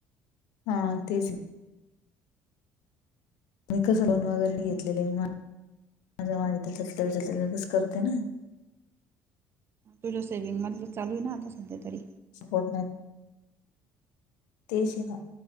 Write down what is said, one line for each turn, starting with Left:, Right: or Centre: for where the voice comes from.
Left: हा तेच. मी कसं लोन वगैरे
Right: हो की
Left: घेतलेले
Right: नाही
Left: माझ्या माझ्या <unintelligible> करते ना.
Right: तुझ्या सेव्हिंग मधलं चालू आहे ना आता सध्या तरी.
Left: सपोर्ट नाही. तेस ना